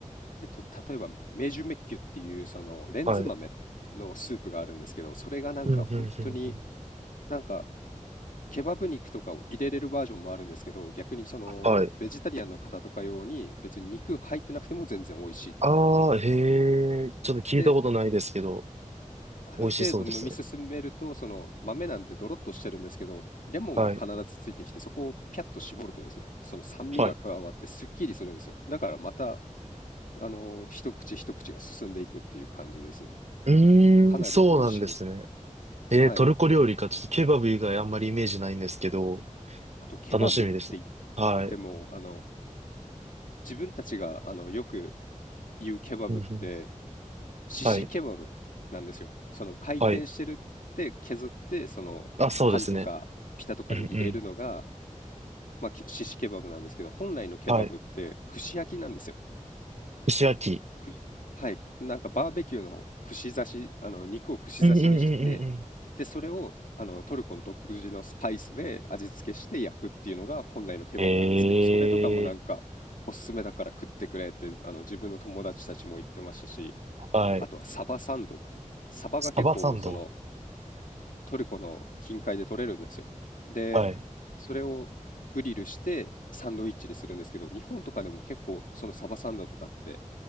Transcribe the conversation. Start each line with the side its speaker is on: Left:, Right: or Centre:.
Left: えっと、例えばメジュメッキュっていうそのレンズ豆のスープがあるんですけど、
Right: はい。
Left: それがなんか本当に
Right: うん、うん、うん、うん。
Left: なんかケバブ肉とかを入れれるバージョンもあるんですけど、逆にそのベジタリアンの方とか用に別に肉入ってなくても全然美味しいと。
Right: はい。ああ、へえ。ちょっと聞いたことないですけど、
Left: で、ある程度飲み進めると、
Right: 美味しそうですね。
Left: その豆なんでドロッとしてるんですけど、レモンが必ずついてきて、
Right: はい。
Left: そこをピャッと絞るとですね、その酸味が加わってすっきりするんですよ。
Right: はい。
Left: だからまた、あの、一口一口が進んでいくっていう感じですね。
Right: う
Left: かなり美味しいんですよ。
Right: ーん、そうなんですね。えー、
Left: はい。
Right: トルコ料理か。ちょっとケバブ以外あんまりイメージないんですけど、
Left: あと、ケバブって言っ
Right: 楽しみです。はい。
Left: ても、あの、自分たちが、あの、よく言うケバブって、
Right: うん、うん。
Left: シシケバブなんですよ。
Right: はい。
Left: その回転してるって削って、
Right: はい。
Left: そのパンとかピタとかに入れるのが、
Right: あ、そうですね。うん、うん。
Left: まあ、きシシケバブなんですけど、本来のケバブって串焼きなんですよ。
Right: はい。串焼き。
Left: くはい、なんかバーベキューの串刺し、あの肉を串刺しにして、
Right: うんうんうんうんうん。
Left: で、それをあのトルコの独自のスパイスで味付けして焼くっていうのが本来のケバブなんですけど、
Right: ええ
Left: それとかもなんかおすすめだから食ってくれってあの自分の友達たちも言ってましたし、
Right: ーはい。
Left: あとはサバサンド。サバが結構その
Right: サバサンド。
Left: トルコの近海で取れるんですよ。で、
Right: はい。
Left: それをグリルしてサンドイッチにするんですけど、日本とかでも結構そのサバサンドとかって